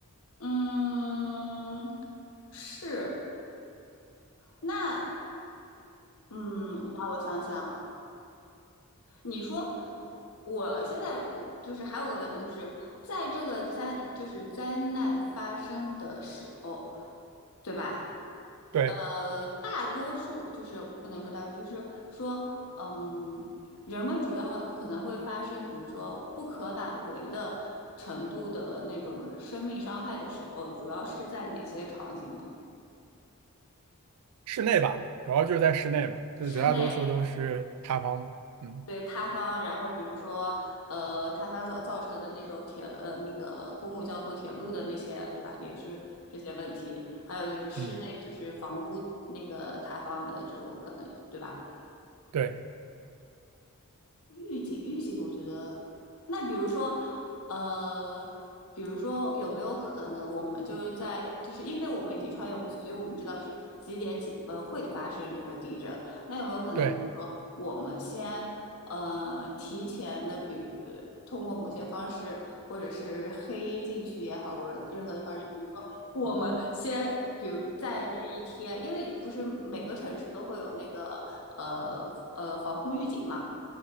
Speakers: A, on the left; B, on the right.
A: 嗯，嗯是那，嗯，你让我想想，你说。我现在就是还有个问题，就是在这个灾就是灾难发生的时候，对吧？
B: 对，
A: 呃，大多数就是不能说大多数，就是说，嗯，人们主要可能会发生，比如说不可挽回的程度的那种生命伤害的时候，主要是在哪些场景呢？
B: 室内吧，主要就是在室内嘛，就绝大多数都是塌方嘛嗯
A: 室内对塌方，然后比如说，呃，塌方造造成的那种铁呃那个公共交通铁路的那些，对吧？也是这些问题，还有就是室内就是房屋那个塌方的这种可能，
B: 嗯，
A: 对吧？
B: 对
A: 预警预警，我觉得那比如说，呃，比如说有没有可能我们就是在就是因为我们已经穿越回去，所以我们知道是几点几分会发生这个地震。那有没有可能，
B: 对。
A: 比如说我们先呃提前的，比如呃通过某些方式，或者是黑进去也好，或者任何的方式，比如说我们先，比如在这一天，因为不是每个城市都会有那个呃呃防空预警嘛。